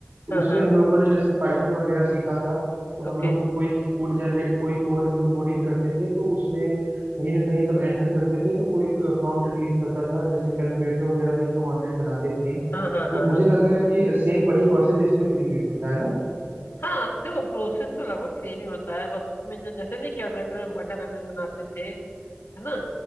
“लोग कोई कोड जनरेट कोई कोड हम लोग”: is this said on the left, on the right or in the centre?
Right